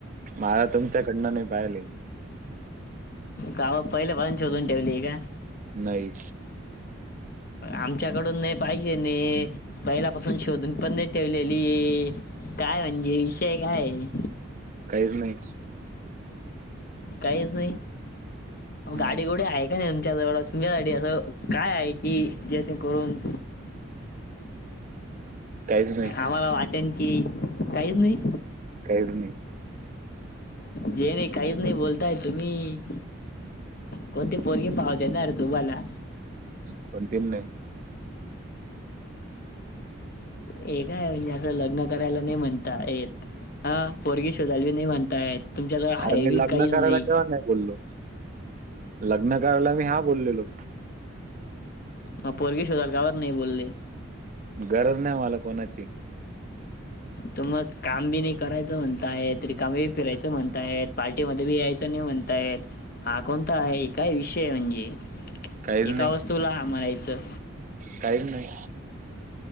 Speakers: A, on the right; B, on the left.
A: मला तुमच्याकडनं नाही पाहीले.
B: गावात पहिल्या पासन शोधुन ठेवली का?
A: नाही.
B: आमच्याकडून नई पाहिजे ने, पहिल्या पासून शोधून पण नाही ठेवलेली, काय म्हणजे विषय कायये?
A: काहीच नाही.
B: काहीच नाही, गाडी
A: नाही
B: गुडी आहे का नाही तुमच्या जवळ तुमच्या साठी असं काय आहे की जेणेकरून
A: काहीच नाही
B: आम्हाला वाटेन की, काहीच नाही.
A: काहीच नाही.
B: जे ने काहीच नाही बोलताय तुम्ही? कोणती पोरगी पाहु देनार तुम्हाला.
A: कोणतीन नाही.
B: ऐ काय म्हणजे असं लग्न करायला नाही म्हण ता येत, हा पोरगी शोधालाबी नाही म्हणतायेत तुमच्याजवळ आहेबी
A: अरे मी लग्न
B: काहीच
A: करायला
B: नाही.
A: केव्हा नाही बोललो, लग्न कराला मी हा बोलेलो.
B: म पोरगी शोधायला गावात नाही बोलले.
A: गरज नाही मला कोणाची.
B: त मग काम बी नाही करायचं म्हणताय रिकाम बी फिरायचं म्हणताय पार्टीमध्ये बी यायचं नाही म्हण तात, हा कोणता आहे हे काय विषयये म्हणजे?
A: काहीच
B: एका
A: नाही
B: वस्तूला हा म्हणायचं.
A: काहीच नाही.